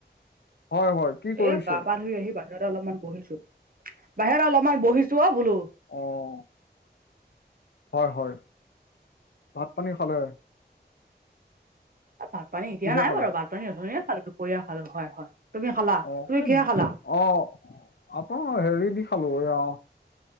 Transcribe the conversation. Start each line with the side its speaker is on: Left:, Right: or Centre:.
Left: হয় হয়। কি কৰিছে
Right: এ গা-পা ধুই আহি বাহিৰতে অলপমান বহিছোঁ, বাহিৰত অলপমান বহিছোঁ অঁ' বোলোঁ।
Left: অঁ'। হয় হয়, ভাত পানী খালে?
Right: এ ভাত পানী এতিয়া
Left: কিহে
Right: নাই
Left: খালে
Right: বাৰু ভাত পানী অথোনিয়ে খালোঁ, দুপৰীয়া খালোঁ, হয় হয়। তুমি খালা
Left: অঁ'
Right: তুমি
Left: সেই
Right: কিহে খালা
Left: অঁ' আটা হেৰি দি খালোঁ এইয়া-